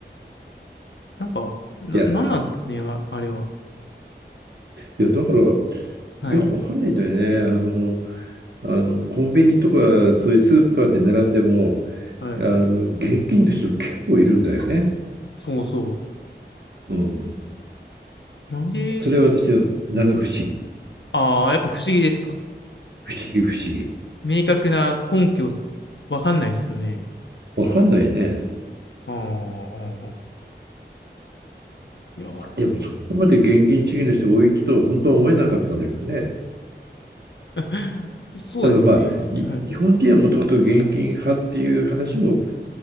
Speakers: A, on the left; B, on the right.
A: なんか、な、
B: いや、
A: なんなんですかね、
B: い
A: あ、あれは。
B: や、だから、よ
A: はい。
B: くわかんないんだよね。あの、あの、コンビニとか、そういうスーパーで並んでも、
A: はい。
B: あの、現金の人結構いるんだよね。
A: そうそう。
B: うん。
A: なんで、
B: それは私の七不思議。
A: ああ、やっぱ不思議ですか。
B: 不思議不思議。
A: 明確な根拠、わかんないですよね。
B: わかんないね。
A: ああ、うんうんいやー
B: でもそこまで現金主義の人多いと本当は思えなかったんだけどね。
A: <laughs> そうですよね。
B: ただまあ、に日本人はもともと現金派っていう話も
A: はい。う